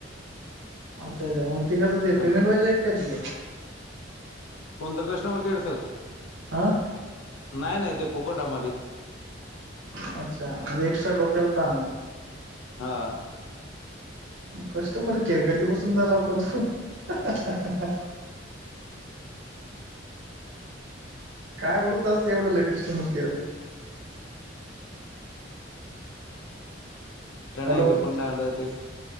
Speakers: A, on the right; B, on the left.
A: अच्छा अच्छा मग ते कसं ते
B: आणि
A: पेमेंट वाईज आहे का ते?
B: कोणता कस्टमर केअरचा?
A: आं..
B: नाही नाही ते फुकट आम्हाले.
A: अच्छा म्हणजे, एक्स्ट्रा डोक्याल ताण मग.
B: हा.
A: कस्टमर केअर कधीपासून झाला, बाबा तो हा हा हा. काय बोलत असते एवढं लगेच <unintelligible>
B: त्या नाय
A: हॅलो
B: रे पण नाही आलं होतेच